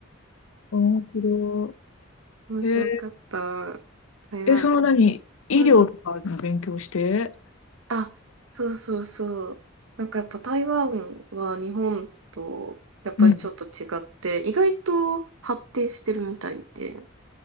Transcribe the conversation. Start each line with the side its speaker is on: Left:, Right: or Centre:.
Left: 面白
Right: 面白かった。
Left: い。へえ
Right: 台湾。
Left: え、その何、医療とかの勉強して、
Right: うんうん。あ、そうそうそう。なんかやっぱ台湾は日本とやっぱりちょっと違って、
Left: うん。
Right: 意外と発展してるみたいで。